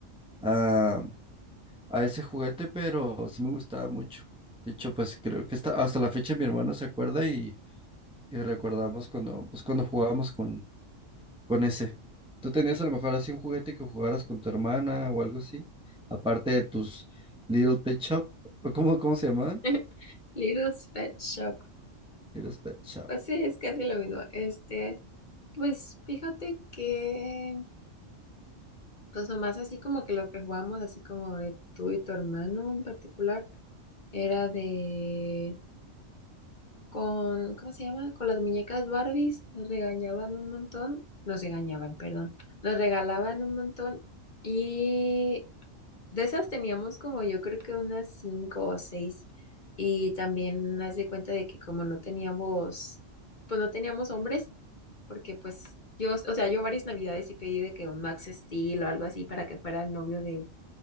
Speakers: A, in the centre; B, on the left.
A: a, a ese juguete, pero sí me gustaba mucho. De hecho, pues creo que hasta, hasta la fecha mi hermano se acuerda y, y recordamos cuando, pues, cuando jugábamos con, con ese. ¿Tú tenías a lo mejor así un juguete que jugaras con tu hermana o algo así? Aparte de tus Little Pet Shop, ¿o ¿cómo, cómo se llamaba?
B: <laughs> Little's Pet Shop.
A: Little Pet Shop.
B: Pues sí, es casi lo mismo. Este, pues fíjate que, pues nomás así como que lo que jugamos, así como de tú y tu hermano en particular, era de con, ¿cómo se llama? Con las muñecas Barbies, nos regañaban un montón, nos regañaban, perdón, nos regalaban un montón y de esas teníamos como yo creo que unas cinco o seis y también haz de cuenta de que como no teníamos, pues no teníamos hombres, porque pues yo, o sea, yo varias navidades sí pedí de que un Max Steel o algo así para que fuera el novio de...